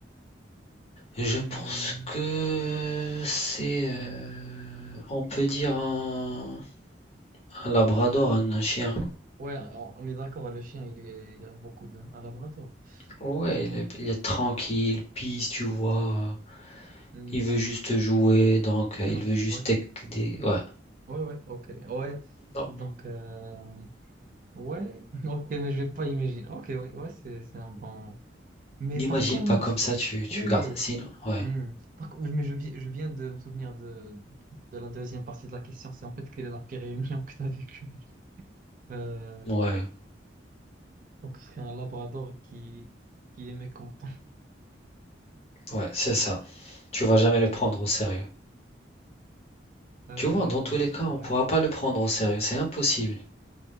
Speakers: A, on the left; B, on the right.
A: Je
B: Hmm.
A: pense que c'est. euh, on peut dire un, un labrador, un un chien.
B: Ouais, on, on est d'accord, le chien, il est, il y a beaucoup de... Un labrador.
A: Ouais,
B: Ouais.
A: il est, il est tranquille, peace, tu vois.
B: Hmm.
A: Il veut juste jouer, donc euh, il
B: Non.
A: veut juste
B: Ouais.
A: tec- des... Ouais,
B: Ouais, ouais, ok. Ouais.
A: non.
B: Donc, euh, ouais. <laughs> Ok, mais je vais pas imaginer. Ok, ouais, ouais, c'est, c'est un bon... Mais
A: N'imagine
B: par contre,
A: pas comme ça, tu, tu
B: ouais.
A: gardes. Sinon, ouais,
B: Hmm. Par contre, mais je, vi- je viens de me souvenir de, de la deuxième partie de la question. C'est en fait quelle est la pire réunion <laughs> que tu as vécue? Euh,
A: ouais,
B: donc, ce serait un labrador qui, qui est mécontent. <laughs>
A: ouais, c'est ça. Tu vas jamais le prendre au sérieux.
B: Euh,
A: Tu vois, dans tous les cas,
B: ouais,
A: on pourra pas le prendre au sérieux. C'est impossible.